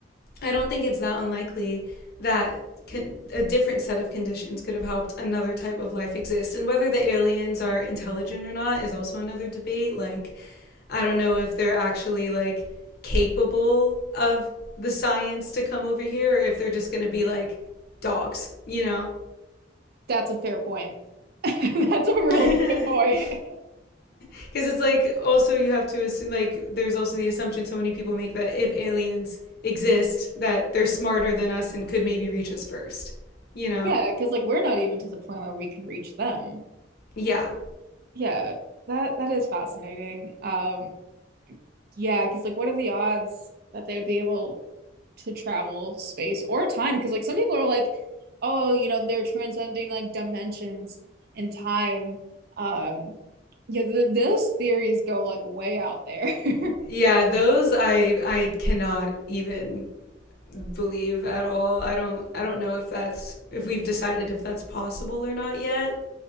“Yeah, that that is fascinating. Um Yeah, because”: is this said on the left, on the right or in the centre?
Right